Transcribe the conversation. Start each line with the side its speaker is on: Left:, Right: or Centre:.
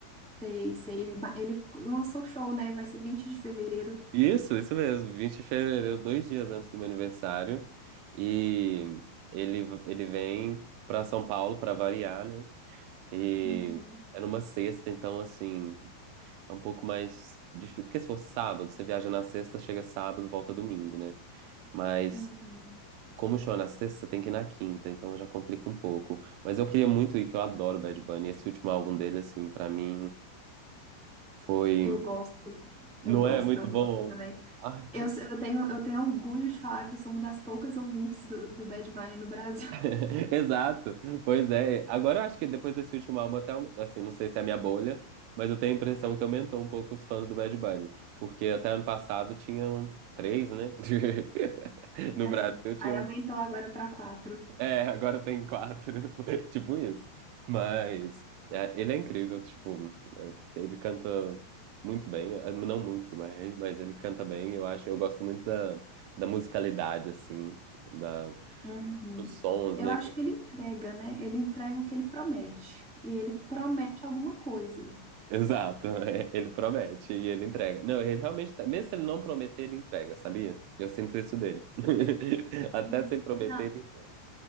Centre: Sei, sei, ele, ba- ele lançou o show, né? Vai ser 20 de fevereiro.
Right: Isso, isso mesmo. 20 de fevereiro, dois dias antes do meu aniversário. E ele, ele vem para São Paulo para variar, né? E
Centre: Uhum,
Right: é numa sexta, então, assim, é um pouco mais difícil. Porque se for sábado, você viaja na sexta, chega sábado, volta domingo, né? Mas
Centre: uhum.
Right: Como o show é na sexta, você tem que ir na quinta, então já complica um pouco. Mas eu queria muito ir, que eu adoro o Bad Bunny. Esse último álbum dele, assim, pra mim foi.
Centre: Eu gosto, eu
Right: Não
Centre: gosto,
Right: é muito
Centre: eu
Right: bom.
Centre: gosto também.
Right: Ai,
Centre: Eu, sou- eu tenho, eu tenho orgulho de falar que eu sou uma das poucas ouvintes do, do Bad Bunny no Brasil.
Right: <laughs> Exato, pois é. Agora eu acho que depois desse último álbum, até, assim, não sei se é a minha bolha, mas eu tenho a impressão que aumentou um pouco os fãs do Bad Bunny. Porque até ano passado tinham três, né? <laughs> No
Centre: É,
Right: Brasil
Centre: aí
Right: tinham.
Centre: aumentou agora pra quatro.
Right: É, agora tem quatro. <laughs> Tipo isso. Mas é, ele é incrível, tipo. Ele canta muito bem, eh, não muito bem, mas ele canta bem. Eu acho, eu gosto muito da, da musicalidade, assim, da,
Centre: Uhum.
Right: dos sons,
Centre: Eu
Right: né?
Centre: acho
Right: que-
Centre: que ele entrega, né? Ele entrega o que ele promete. E ele promete alguma coisa.
Right: Exato, <laughs> ele promete e ele entrega. Não, ele realmente, tá- mesmo se ele não prometer, ele entrega, sabia? Eu sinto isso dele. <laughs> Até
Centre: Uhum.
Right: sem prometer,
Centre: Na-
Right: ele entrega.